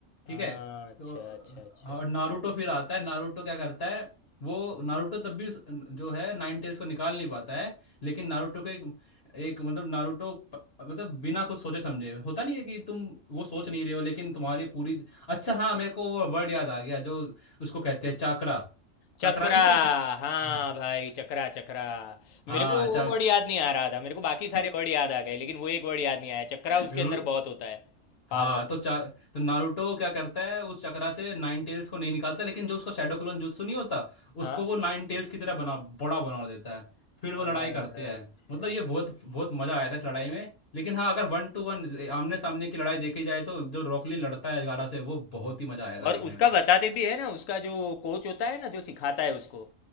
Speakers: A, on the left (about 80°); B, on the left (about 55°).
A: हाँ,
B: ठीक है
A: अच्छा
B: तो अ,
A: अच्छा अच्छा
B: और नारुतो फिर आता है नारुतो क्या करता है वो नारुतो तब भी उस- जो है नाइन टेल्स को निकाल नहीं पाता है लेकिन नारुतो को एक एक मतलब नारुतो प- मतलब बिना कुछ सोचे समझे होता नहीं है कि तुम वो सोच नहीं रहे हो लेकिन तुम्हारी पूरी अच्छा हाँ मेरे को वो वर्ड याद आ गया जो उसको कहते हैं चाकरा
A: चक्रा
B: चाकरा नहीं कहते
A: हाँ
B: आह,
A: भाई चक्रा चक्रा
B: हाँ
A: मेरे को
B: चा
A: वो वर्ड याद नहीं आ रहा था मेरे को बाकी सारे
B: <laughs>
A: वर्ड याद आ गए लेकिन वो एक वर्ड याद नहीं आया चक्रा
B: <laughs>
A: उसके अंदर बहुत होता है पावर
B: हाँ तो चा तो नारुतो क्या करता है उस चक्रा से नाइन टेल्स को नहीं निकालता लेकिन जो उसका शैडो क्लोन जुत्सु नहीं होता
A: हाँ
B: उसको वो नाइन टेल्स की तरह बना बड़ा बना देता है फिर
A: अच्छा
B: वो लड़ाई करते हैं मतलब ये बहुत बहुत मजा आया था इस लड़ाई में लेकिन हाँ अगर वन टू वन आमने सामने की लड़ाई देखी जाए तो जो रॉकली लड़ता है गारा से वो बहुत ही मजा आया था
A: और
B: देखने
A: उसका
B: में
A: बताते भी है ना उसका जो कोच होता है ना जो सिखाता है उसको अ,